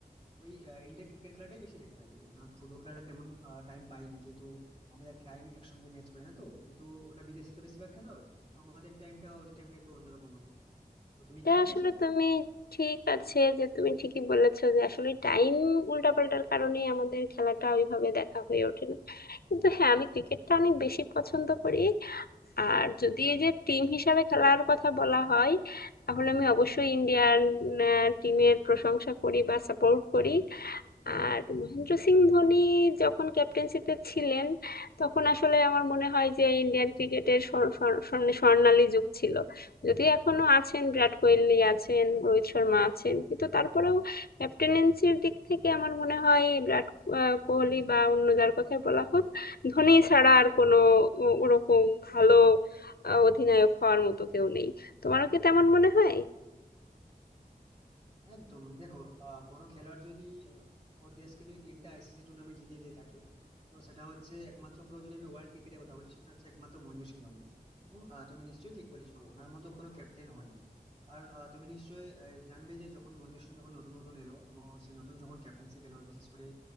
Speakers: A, on the right; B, on the left.
A: ওই ইন্ডিয়ান ক্রিকেট খেলাটাই বেশি দেখে থাকি কারণ ফুটবল খেলাটা তেমন টাইম পাই না যেহেতু আমাদের টাইম একসঙ্গে ম্যাচ করে না তো যেহেতু ওটা বিদেশে তো বেশিরভাগ খেলা হয় তো আমাদের টাইমটা ওদের টাইমটা একটু অন্যরকম হয় তো তুমি
B: এটা
A: কি দেখো
B: আসলে
A: সেরকম
B: তুমি ঠিক আছে যে তুমি ঠিকই বলেছো যে আসলে টাইম উল্টাপাল্টার কারণেই আমাদের খেলাটা ওইভাবে দেখা হয়ে ওঠে না কিন্তু হ্যাঁ আমি ক্রিকেটটা অনেক বেশি পছন্দ করি আর যদি এই যে টিম হিসাবে খেলার কথা বলা হয় তাহলে আমি অবশ্যই ইন্ডিয়ান টিমের প্রশংসা করি বা সাপোর্ট করি আর মহেন্দ্র সিং ধোনি যখন ক্যাপ্টেন্সিতে ছিলেন তখন আসলে আমার মনে হয় যে ইন্ডিয়ান ক্রিকেটের স্বর- স্বর- স্বর্ণে- স্বর্ণালী যুগ ছিল যদিও এখনো আছেন বিরাট কোহলি আছেন রোহিত শর্মা আছেন কিন্তু তারপরেও ক্যাপ্টেনেন্সির দিক থেকে আমার মনে হয় বিরাট আহ, কোহলি বা অন্য যার কথাই বলা হোক ধোনি ছাড়া আর কোনো ও- ওরকম ভালো আহ, অধিনায়ক হওয়ার মতো কেউ নেই তোমারও কি তেমন মনে হয়
A: একদম দেখো আহ, কোনো খেলোয়াড় যদি আহ, ওর দেশকে যদি তিনটা আইসিসি টুর্নামেন্ট জিতিয়ে দিয়ে থাকে তো সেটা হচ্ছে একমাত্র পুরো যদি আমি ওয়ার্ল্ড ক্রিকেটের কথা বলি সেটা হচ্ছে একমাত্র মহেন্দ্র সিং ধোনি এবং আহ, তুমি নিশ্চয়ই ঠিক বলেছো ওনার মতো কোনো ক্যাপ্টেন হয় না কারণ আহ, তুমি নিশ্চয়ই আহ, জানবে যে যখন মহেন্দ্র সিং যখন নতুন নতুন এলো এবং সে নতুন যখন ক্যাপ্টেন্সি পেলো বিশেষ করে